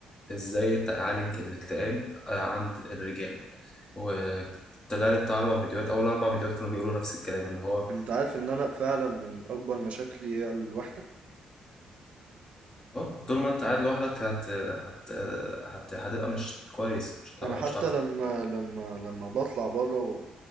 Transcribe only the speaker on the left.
ازاي تعالج الاكتئاب آه، عند الرجال وطلع لي بتاع اربع فيديوهات اول اربع فيديوهات كانوا بيقولوا نفس الكلام ان هو
اه طول ما انت قاعد لوحدك هت... هت... هت... هتبقى مش كويس مش هتبقى
مش هتعرف
تتكلم.